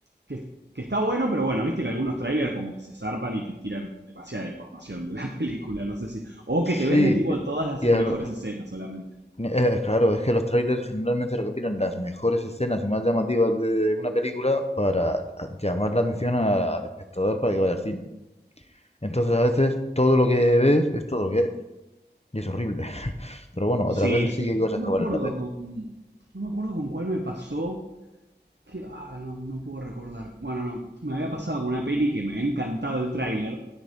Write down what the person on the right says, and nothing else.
que, que está bueno, pero bueno, viste que algunos trailers como que se zarpan y te tiran demasiada información de la <laughs> película, no sé si... O que te
venden tipo todas las
mejores escenas solamente.
Sí,
sí.
No,
no
me
acuerdo
con. No me acuerdo con cuál me pasó. Que, ah, no, no puedo recordar. Bueno, no. Me había pasado con una peli que me había encantado el tráiler.